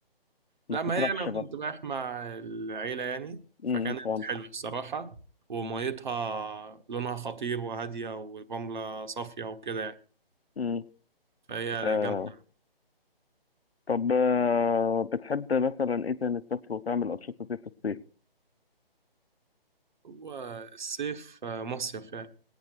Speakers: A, on the left; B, on the right.
A: ما
B: لما
A: تطرحش
B: هي أنا كنت
A: برضه
B: رايح مع العيلة يعني
A: امم
B: فكانت
A: فهمت
B: حلوة الصراحة وميتها لونها خطير وهادية ورملة صافية وكده يعني
A: امم
B: فهي
A: آه
B: جامدة
A: طب آه بتحب مثلا إيه تاني تسافر وتعمل أنشطة إيه في الصيف؟
B: والصيف آه، مصيف يعني